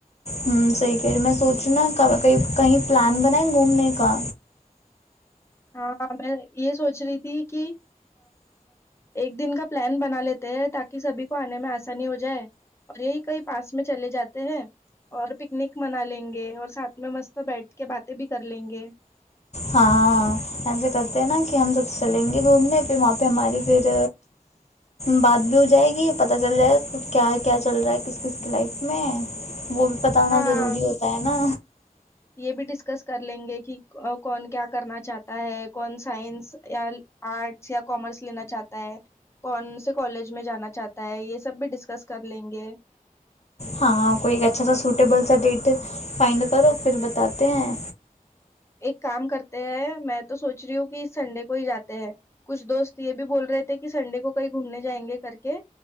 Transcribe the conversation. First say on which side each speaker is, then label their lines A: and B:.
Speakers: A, on the left; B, on the left.
A: ہ صحیح کہے میں سوچوں نا کہیں پلان بنائے گھومنے کا
B: ہاں میں یہ سوچ رہی تھی کہ ایک دن کا پلان بنا لیتے ہیں تاکہ سبھی کو آنے میں آسانی ہو جائے اور یہی کئی پاس میں چلے جاتے ہیں اور پکنک منا لیں گے اور ساتھ میں مست بیٹھ کے باتیں بھی کر لیں گے
A: ہاں ایسا کرتے ہیں نا کہ ہم سب چلیں گے گھومنے پھر وہاں پہ ہماری پھر بات بھی ہو جائے گی پتا چل جائے گا کیا کیا چل رہا ہے کس کس لائف میں وہ بھی بت ہوا
B: ہاں
A: ضروری ہوتا ہے نا
B: یہ بھی ڈسکس کر لیں گے کہ کون کیا کرنا چاہتا ہے کون سائنس یا آرٹس یا کامرس لینا چاہتا ہے کون سے کالج میں جانا چاہتا ہے یہ سب بھی ڈسکس کر لیں گے
A: ہاں کوئی اچھا سا سوٹیبل سا ڈیٹ فائڈ کرو پھر بتاتے ہیں
B: ایک کام کرتے ہے میں تو سوچ رہی ہوں کہ سنڈے کو ہی جاتے ہیں کچھ دوست یہ بھی بول رہے تھے کہ سنڈے کو کہیں گھومنے جائیں گے کر کے